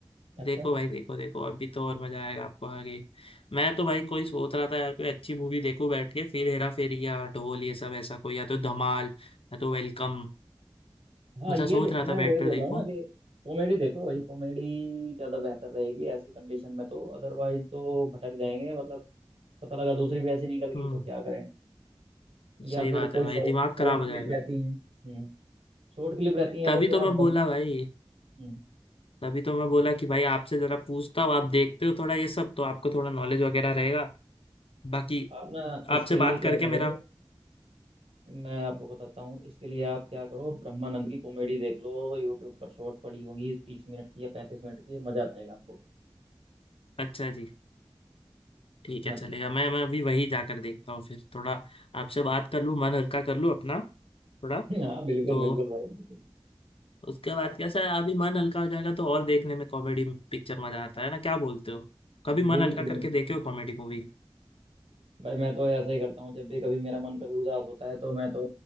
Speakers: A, on the right; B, on the left.
A: अच्छा
B: देखो भाई देखो देखो अभी तो और मजा आएगा आपको आगे मैं तो भाई कोई सोच रहा था यार कोई अच्छी मूवी देखूं बैठ के फिर हेरा फेरी या ढोल ये सब ऐसा कोई या तो धमाल या तो वेलकम
A: हाँ
B: ऐसा
A: ये
B: सोच
A: दे,
B: रहा
A: मैं
B: था
A: वही
B: बैठ कर
A: बोल
B: देखूं
A: रहा हूँ ना कि कॉमेडी देखो वही कॉमेडी ज्यादा बेहतर रहेगी ऐसी कंडीशन में तो अदरवाइज तो भटक जाएंगे मतलब पता लगा दूसरी भी ऐसी निकल गई
B: हम्म
A: तो क्या करें
B: सही
A: या फिर
B: बात
A: कोई
B: है भाई
A: शॉर्ट
B: दिमाग खराब हो
A: क्लिप
B: जाएगा
A: रहती है हम्म शॉर्ट क्लिप रहती है या
B: तभी
A: तो फिर
B: तो मैं
A: आप ब्रह्म
B: बोला भाई
A: हम्म,
B: तभी तो मैं बोला कि भाई आपसे जरा पूछता हूँ आप देखते हो थोड़ा ये सब तो आपको थोड़ा नॉलेज वगैरह रहेगा बाकी
A: आप ना इसके
B: आपसे
A: लिए
B: बात
A: क्या
B: करके
A: करो
B: मेरा
A: मैं आपको बताता हूँ इसके लिए आप क्या करो ब्रह्मानंद की कॉमेडी देख लो यूट्यूब पर शॉर्ट पड़ी होंगी तीस मिनट की या पैंतीस मिनट की मजा आ जाएगा आपको
B: अच्छा जी ठीक
A: हाँ
B: है चलेगा
A: जी
B: मैं मैं अभी वही जाकर देखता हूँ फिर थोड़ा आपसे बात कर लूँ मन हल्का कर लूँ अपना थोड़ा
A: <laughs> हाँ बिल्कुल
B: तो
A: बिल्कुल भाई बिल्कुल
B: उसके बाद कैसा है अभी मन हल्का हो जाएगा तो और देखने में कॉमेडी पिक्चर मजा आता है ना क्या बोलते हो कभी मन
A: बिल्कुल
B: हल्का करके
A: बिल्कुल
B: देखे हो कॉमेडी मूवी
A: भाई मैं तो ऐसा ही करता हूँ जब भी कभी मेरा मन कभी उदास होता है तो मैं तो